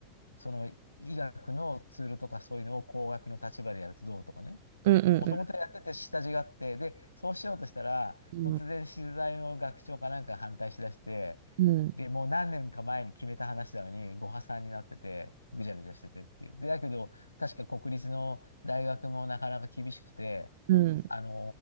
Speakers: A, on the left; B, on the right.
A: その医学のツールとかそういうのを工学の立場でやるとどうとかね。
B: うん。うん。
A: もともとやってて下地があって、で、そうしようとしたら、
B: うん。
A: 突然資材の学長かなんか反対しだして、
B: うん。
A: で、もう何年か前に決めた話なのに、ご破算になってて、ぐちゃぐちゃしててっていう。で、だけど、確か国立の大学もなかなか厳しくて、
B: うん。
A: あの